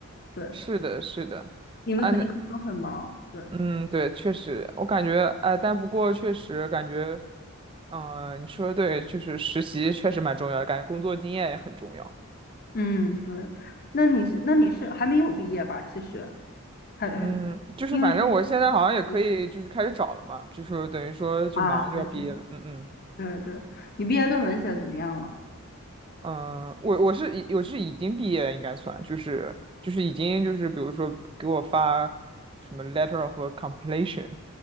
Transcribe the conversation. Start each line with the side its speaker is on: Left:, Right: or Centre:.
Left: 对，
Right: 是的，是的，
Left: 你们肯定工作很忙，
Right: 啊，那
Left: 对，
Right: 嗯，对，确实，我感觉，哎，但不过确实感觉，嗯、你说的对，就是实习确实蛮重要的，感觉工作经验也很重要。
Left: 嗯，对。那你是那你是还没有毕业吧？其实还还
Right: 嗯，就是反正我现在好像也可以，
Left: 因为现在还十一
Right: 就是开始找了嘛，就是等于说就马上就要毕业了。
Left: 啊，那就是
Right: 嗯嗯。
Left: 对对，你毕业论文写的怎么样了？
Right: 嗯，我我是已我是已经毕业，应该算，就是就是已经就是比如说给我发什么 letter of completion